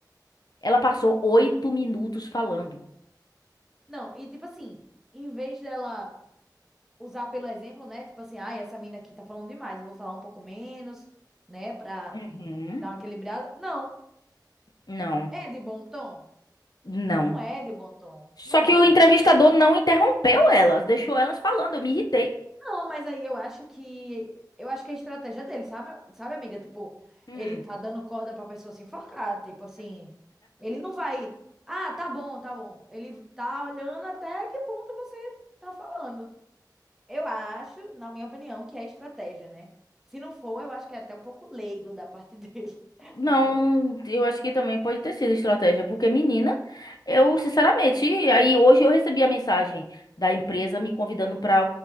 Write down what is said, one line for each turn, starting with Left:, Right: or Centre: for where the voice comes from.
Left: Ela passou oito minutos falando.
Centre: Não, e tipo assim, em vez dela usar pelo exemplo, né? Tipo assim, ai, essa mina aqui tá falando demais, eu vou falar um pouco menos, né? Pra
Left: Uhum.
Centre: dar uma equilibrada. Não,
Left: Não,
Centre: é de bom tom?
Left: não.
Centre: Não é de bom tom. Não
Left: Só que
Centre: é
Left: o
Centre: de
Left: entrevistador não interrompeu elas, deixou elas falando, eu me irritei.
Centre: Não, mas aí eu acho que eu acho que é a estratégia dele, sabe, sabe, amiga? Tipo,
Left: Hum.
Centre: ele tá dando corda pra pessoa se enforcar, tipo assim, ele não vai, ah, tá bom, tá bom. Ele tá olhando até que ponto você tá falando. Eu acho, na minha opinião, que é estratégia, né? Se não for, eu acho que é até um pouco leigo da parte <laughs> dele,
Left: Não,
Centre: aquela.
Left: eu acho que também pode ter sido estratégia, porque menina, eu sinceramente, aí hoje eu recebi a mensagem da empresa me convidando para